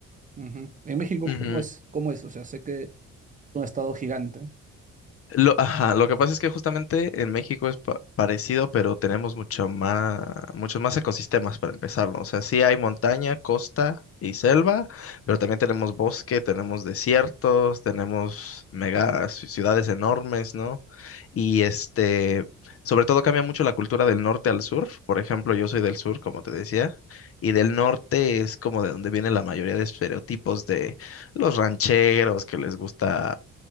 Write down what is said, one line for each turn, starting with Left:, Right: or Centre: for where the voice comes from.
Right: Ujú. En México,
Left: ujú.
Right: ¿cómo es? ¿Cómo es? O sea, sé que es un estado gigante.
Left: Lo, ajá, lo que pasa es que justamente en México es pa- parecido, pero tenemos mucho más, muchos más ecosistemas para empezar, ¿no? O sea, sí hay montaña, costa y selva, pero también tenemos bosque, tenemos desiertos, tenemos mega ci- ciudades enormes, ¿no? Y este, sobre todo cambia mucho la cultura del norte al sur. Por ejemplo, yo soy del sur, como te decía, y del norte es como de donde viene la mayoría de estereotipos de los rancheros que les gusta.